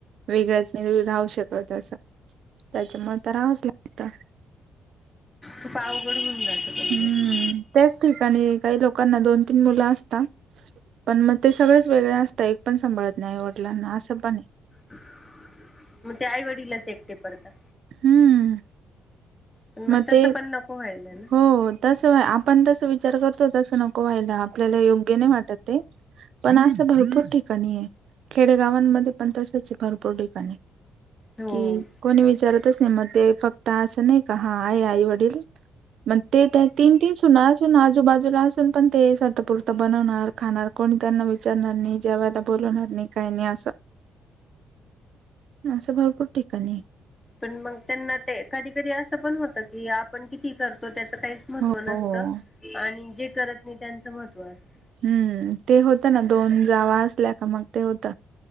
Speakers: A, on the right (about 65°); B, on the left (about 15°).
A: वेगळंच नाही राहू शकत असं. त्याच्यामुळे तर रावच लागत.
B: तू पावघड होऊन जात पण
A: हम्म त्याच ठिकाणी काही लोकांना दोन तीन मुलं असता पण मग ते सगळेच वेगळे असता. एक पण सांभळत नाही. आईवडलांना असं पणे.
B: मग ते आईवडिलाच एकटे पडतात.
A: हम्म.
B: पण मग
A: म
B: तसं
A: ते,
B: पण नको व्हायला ना
A: हो. तसं आपण तस विचार करतो. तसं नको व्हायला. आपल्याला योग्य नाही वाटत ते. पण असं भरपूर ठिकाणीये. खेडेगावांमध्ये पण तसचे भरपूर ठिकाणी.
B: हो
A: कि कोणी विचारतच नाही. मग ते फक्त असं नाही का? हा आहे आई वडील. मग ते, त्या तीन तीन सुना असून, आजूबाजूला असून पण, ते स्वतपुरत बनवणार खाणार. कोण त्यांना विचारणार नाही, जेवायला बोलवणार नाही. काही नाही असं. असं भरपूर ठिकाणीये.
B: पण मग त्यांना ते कधी कधी असं पण होतं की आपण किती करतो त्याच काही महत्व
A: हो
B: नसत आणि जे करत नाही त्यांचं महत्त्व असत.
A: हम्म ते होतं ना दोन जावा असल्या का मग ते होत.